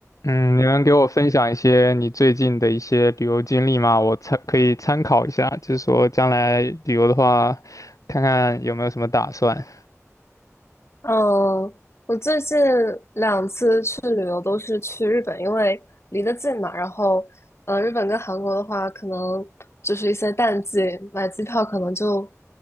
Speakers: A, on the left; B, on the left.
A: 嗯，你能给我分享一些你最近的一些旅游经历吗？我参可以参考一下，就是说将来旅游的话，看看有没有什么打算
B: 嗯，我最近两次去旅游都是去日本，因为离得近嘛。然后，呃，日本跟韩国的话，可能就是一些淡季，买机票可能就